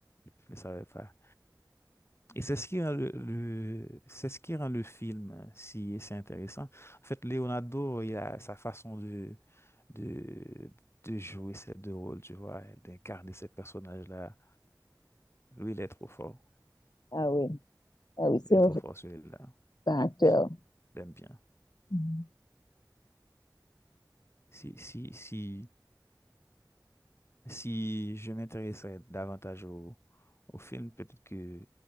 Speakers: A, on the left (about 35°); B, on the left (about 65°).
A: Je ne savais pas. Et c'est ce qui rend le, le- c'est ce qui rend le film si c'est intéressant. En fait, Leonardo, il a sa façon de, de, de jouer ces deux rôles, tu vois, et d'incarner ces personnages-là. Lui, il est trop fort.
B: Ah oui, ah oui, c'est
A: Il est
B: un
A: trop fort, celui-là.
B: acteur.
A: Je l'aime bien.
B: Mhm.
A: Si, si, si. Si je m'intéressais davantage au, au film, peut-être que